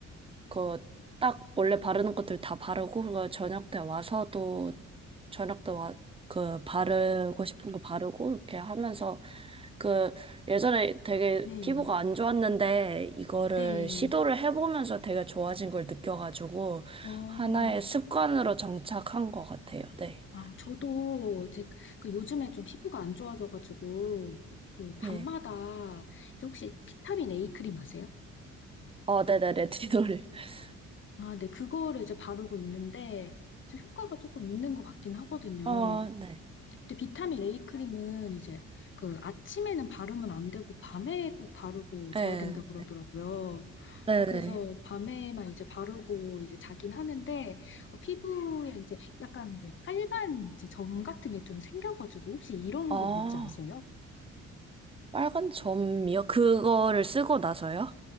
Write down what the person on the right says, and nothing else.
그 딱 원래 바르는 것들 다 바르고 그리고 저녁 때 와서도 저녁 때 와 그 바르고 싶은 거 바르고 이렇게 하면서 그 예전에 되게
피부가 안 좋았는데 이거를
시도를 해보면서 되게 좋아진 걸 느껴가지고
하나의 습관으로 정착한 것 같아요. 네.
네.
어, 네네, 레티놀. <laughs>
어, 네.
네.
네네.
아,
빨간 점이요? 그거를 쓰고 나서요?